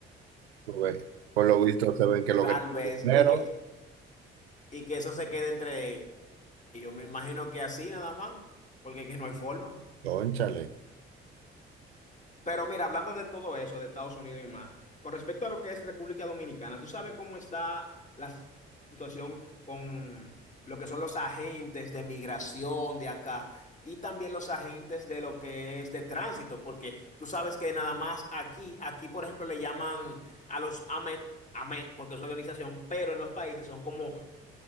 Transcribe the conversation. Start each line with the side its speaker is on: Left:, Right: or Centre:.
Right: Porque, Por lo visto se ven que lo
Left: Tal
Right: que
Left: vez,
Right: tiene dinero,
Left: y que, y que eso se quede entre ellos. Me imagino que así nada más, porque que no hay forma.
Right: cónchale.
Left: Pero mira, hablando de todo eso, de Estados Unidos y más, con respecto a lo que es República Dominicana, ¿tú sabes cómo está la situación con lo que son los agentes de migración de acá? Y también los agentes de lo que es de tránsito, porque tú sabes que nada más aquí, aquí por ejemplo le llaman a los AMET, AMET, porque es una organización, pero en los países son como